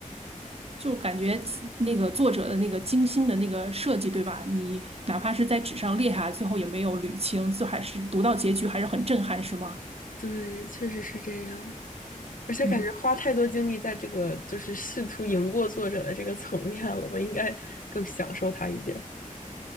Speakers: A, on the right; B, on the left.
A: 就感觉那个作者的那个精心的那个设计，对吧？你哪怕是在纸上列下来，最后也没有捋清，最后还是读到结局还是很震撼，是吗？
B: 对，确实是这样。而且感觉花太多精力在这个就是试图赢过作者的这个层面了，
A: 嗯，
B: 我应该更享受它一点儿。